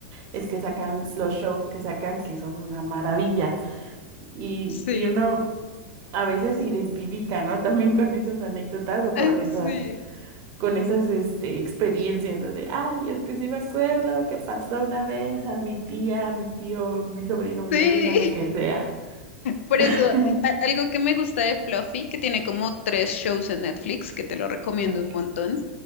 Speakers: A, on the right; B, on the left.
A: es que sacan los shows que sacan que son una maravilla. Y,
B: Sí,
A: y uno a veces se identifica, ¿no? También con esas anécdotas o con
B: ay,
A: esas,
B: sí,
A: con esas, este, experiencias, ¿no? De, ay, es que sí me acuerdo que pasó una vez a mi tía, a mi tío, mi sobrino, mi
B: sí.
A: sobrina, lo que
B: <laughs>
A: sea.
B: Por
A: <laughs>
B: eso, a- a- algo que me gusta de Fluffy, que tiene como tres shows en Netflix, que te lo recomiendo
A: Mm,
B: un montón